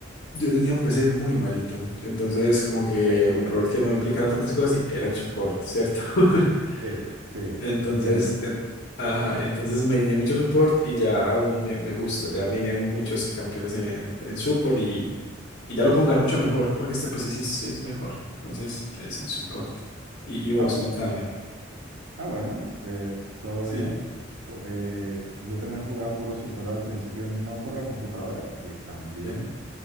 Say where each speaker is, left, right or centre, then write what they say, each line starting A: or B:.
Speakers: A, on the left (about 55°); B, on the right (about 85°).
A: yo tenía un PC muy malito. Entonces como que
B: Te entiendo.
A: un rol que no implicara tantas cosas y era el support, ¿cierto? <laughs>
B: Sí, sí,
A: Entonces,
B: te entiendo.
A: eh, ajá, entonces maineé mucho support y ya aún me, me gusta. Ya maineé muchos campeones en, en support y, y ya lo puedo jugar mucho mejor porque este PC sí es, sí es mejor. Entonces, eh, sí, support. Y, y vos,
B: Ah, bu-
A: contame.
B: ah, bueno, eh, todo
A: Sí,
B: bien. O- eh, yo también jugaba puro Super al principio, no por la computadora, que también,
A: sí.